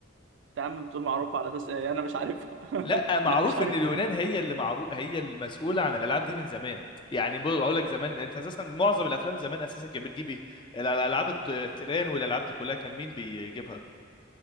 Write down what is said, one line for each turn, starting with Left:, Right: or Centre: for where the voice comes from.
Right: انت يا عم بتقول معروفه على اساس ايه انا مش عارفها <laughs>
Left: لا معروف
Right: انا مش عارفها
Left: ان اليونان هي اللي معروف هي المسؤوله عن الالعاب دي من زمان يعني بقول بقول لك زمان انت اساسا معظم الافلام زمان اساسا كانت بتجيب ايه الالعاب الط- التيران والالعاب دي كلها كان مين بيجيبها